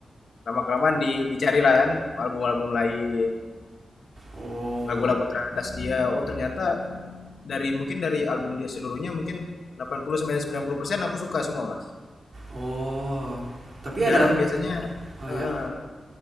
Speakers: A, on the left; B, on the right.
A: lama kelamaan di dicari lah kan album-album lain
B: Oh,
A: lagu-lagu teratas dia oh ternyata dari mungkin dari album dia seluruhnya mungkin 80 sampai 90% aku suka semua mas
B: oh. Tapi
A: aku
B: ada,
A: jarang biasanya
B: ah, ya?
A: eh, eh,